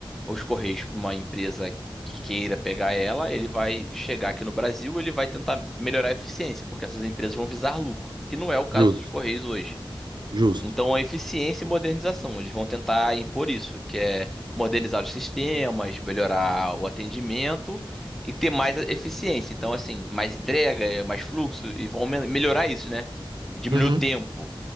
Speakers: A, in the centre; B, on the right (about 55°).
A: os Correios para uma empresa que queira pegar ela, ele vai chegar aqui no Brasil, ele vai tentar melhorar a eficiência, porque essas empresas vão visar lucro, que não é o caso
B: justo,
A: dos Correios hoje.
B: justo.
A: Então, a eficiência e modernização, eles vão tentar impor isso, que é modernizar os sistemas, melhorar o atendimento e ter mais eficiência. Então, assim, mais entrega, é, mais fluxo, e vão me- melhorar isso, né? Diminuir
B: Uhum,
A: o tempo.